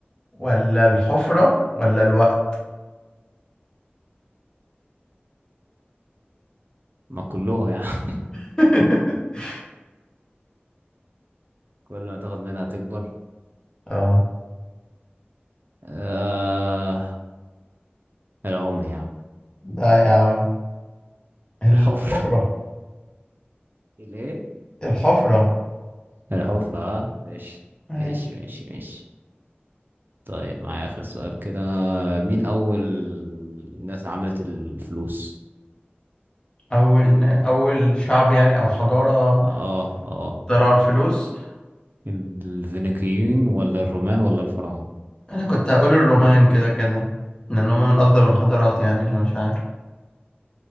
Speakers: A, on the left; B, on the right.
A: ولا الحفرة ولا الوقت
B: ما كلهم يا عم
A: <laughs>
B: <laughs> كل ما تاخد منها تكبر
A: اه
B: آه... العمر يا عم
A: ده يا عم الحفرة
B: الحفرة <laughs> الايه
A: الحفرة
B: الحفرة اه ماشي
A: ماشي
B: ماشي ماشي ماشي طيب معايا آخر سؤال كده مين أول ناس عملت الفلوس
A: أول نا- أول شعب يعني أو حضارة
B: اه اه
A: اخترعوا الفلوس
B: الفينيقيين ولا الرومان ولا الفراعنة
A: أنا كنت هقول الرومان كده كده لأن هما من أقدم الحضارات يعني فمش عارف